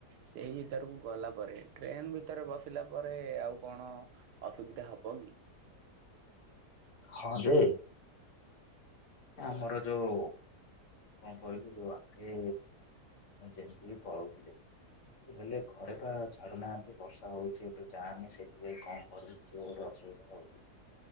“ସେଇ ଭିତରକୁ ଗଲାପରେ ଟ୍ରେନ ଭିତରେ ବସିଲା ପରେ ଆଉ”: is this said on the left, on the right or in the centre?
Right